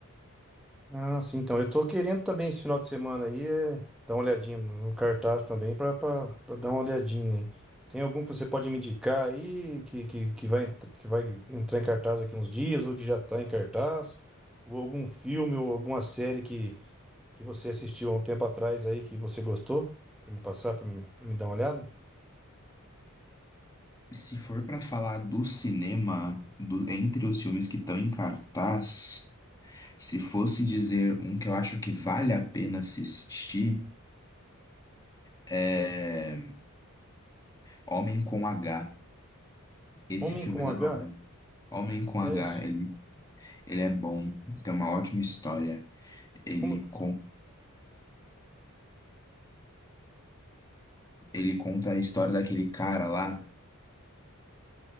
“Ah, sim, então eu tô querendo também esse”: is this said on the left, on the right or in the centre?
Centre